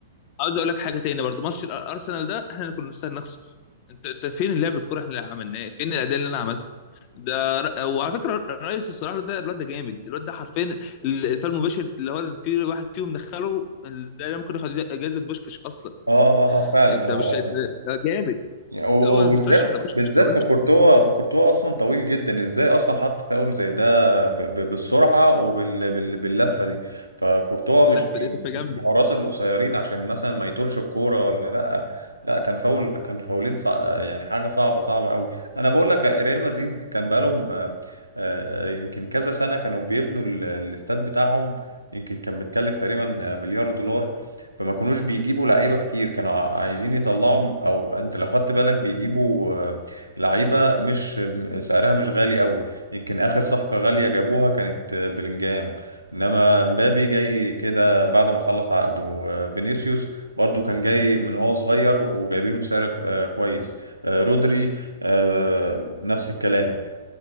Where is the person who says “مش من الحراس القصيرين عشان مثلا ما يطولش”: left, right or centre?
Right